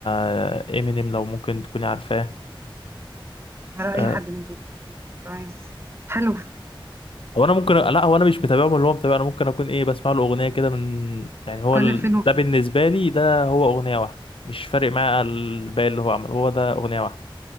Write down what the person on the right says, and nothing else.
على
اي حد من دول تمام حلو
كل
فين وفين